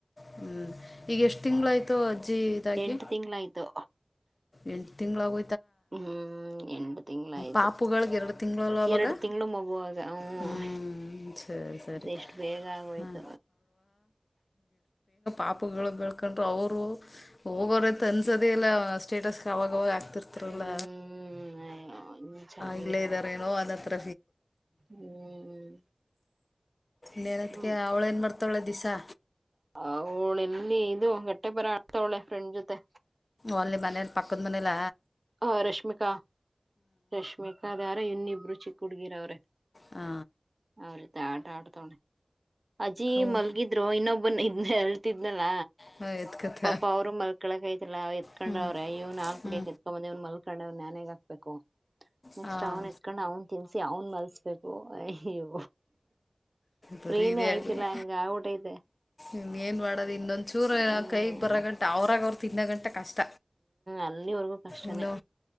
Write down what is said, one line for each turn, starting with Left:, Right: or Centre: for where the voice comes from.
Left: ಹ್ಮ್ ಈಗ ಎಷ್ಟ್ ತಿಂಗಗಳಾಯ್ತು ಅಜ್ಜಿ ಇದಾಗಿ
Right: ಎಂಟು ತಿಂಗ್ಳಾಯ್ತು
Left: ಎಂು ತಿಂ್ಾವ
Right: ಹ್ಮ್ ಎಟ ತಿಂಗಗಳುಾಯ್ತು
Left: ಪಾಪುಗಳಿಗೆ ಎರಡು ತಿಂಗಳಲ್ಲ ಅವಾಗ
Right: ಎರಡು ತಿಂಗಳು ಮಗುವಾಗ ಹ್ಮ್
Left: ಹ್ಞೂ ಸರಿ ಸರಿ
Right: ಎಷ್ಟು ಬೇಗ ಆಗೋಯ್ತ
Left: ಹಾಂ ಹಪುಗಳು ಬೆಳ್ಕೊಂಡ್ರು ಅವರು ಒಬ್ಬರ ಅನ್ಸದೇ ಇಲ್ಲ ಅಷ್ಟ ಸ್ಟೇಟಸ್ಗೆ ಅವಾಗವಾಗ ಆಗ್ತಿರ್ತಾರಲ್ಲ
Right: ಹ್ಮ್ ಚೆನ್ನಾಗಿರವ
Left: ಇಲ್ಲೇ ಇದ್ದಾರ ಏನೋ ಅನ್ನತ್ರ
Right: ಹ್ಮ್
Left: ನೇನತ್ಕ
Right: ಹ್ಮ್
Left: ಅವ್ಳ ಏನ್ ಮಾಡ್ತಾವಳೆ ದಿಸಾ
Right: ಅವಳ ಎಲ್ಲಿ ಇದು ಗಟ್ಟೆ ಬರ ಆಡ್ತಾವಳೆ ಫ್ರೆಂಡ್ ಜೊತೆ
Left: ಓನ್ಲಿ ಮನೆನು ಪಕ್ಕದ ಮನೆ ಇಲ
Right: ಆ ರಶ್ಮಿಕಾ ರಷ್ಮಿಕಾ ದಾರ ಇನ್ನಿಬ್ರು ಚಿಕ್ಕ ಹುಡ್ಗಿರ ಅವ್ರೆ
Left: ಹಾ
Right: ಅವ ತಾ ಆಟ ಆಡ ತೋಣೆ ಅಜ್ಜಿ
Left: ಅವು
Right: ಮಲ್ಗಿದ್ರು ಇನ್ನೊಬ್ಬನ್ ಇದ್ನ ಹೇಳ್ತಿದ್ನಲ್ಲ
Left: ಹಾಂ ಎತ್ಕತ್ತ
Right: ಪಾಪ ಅವ್ರರು ಮಲ್ಕಳಕೈಐತಿಲ್ಲ ಎತ್ಕೊಂಡ್ರ
Left: ಹ್ಞೂ
Right: ಅವ್ರ ಇವ್ ನಾಲ್ ಕುಡಿಯಕ
Left: ಹ್ಞೂ
Right: ಎತ್ಕೊಂಬಂದವ್ ಮಲ್ ಕಡೆ್ ನನ್ಾನೇಾಗ ಹಾಕ್ಬೇಕು ನೆಕ್ಸ್ಟ್
Left: ಹಾಂ
Right: ಅವನ್ ಎತ್ಕೊಂಡ್ ಅವನ್ ತಿನ್ಸಿ ಅವನ್ ಮಲ್ಸ್ಬೇಕು ಅಯ್ಯೋ
Left: ಬರೀ
Right: ಫ್ರೀನೇ
Left: ಇದೇ
Right: ಆಯ್ತಿಲ್ಲ
Left: ಆಗ್ಲಿ್ಮ
Right: ಹಂಗ ಆಗ್ಬಿಟ್ಟೈತೆ
Left: ಇನ್ನ ಏನ್ ಮಾಡದು ಇನ್ನೊಂದ್ ಚೂರ ಏನ
Right: ಹ್ಮ್
Left: ಕೈಗ್ ಬರ ಗಂಟ ಅವ್ರಾಗ ಅವರು ತಿ ಇನ್ನ ಗಂಟೆ ಕಷ್ಟ
Right: ಅಲ್ಲಿವರ್ಗೂ ಕಷ್ಟನೇ
Left: ಇನ್ನೂ